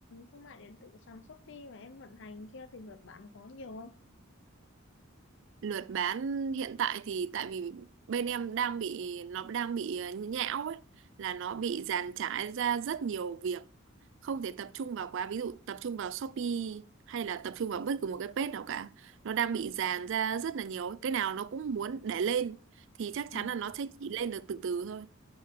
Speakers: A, on the left; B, on the right.
A: thương mại điện tử sàn Shopee mà em vận hành kia thì lượt bán có nhiều không
B: lượt bán hiện tại thì tại vì bên em đang bị nó đang bị ờ, nhão ấy là nó bị dàn trải ra rất nhiều việc không thể tập trung vào quá ví dụ tập trung vào Shopee hay là tập trung vào bất cứ một cái page nào cả nó đang bị dàn ra rất là nhiều ấy. cái nào nó cũng muốn để lên thì chắc chắn
A: ừ
B: là nó sẽ chỉ lên được từ từ thôi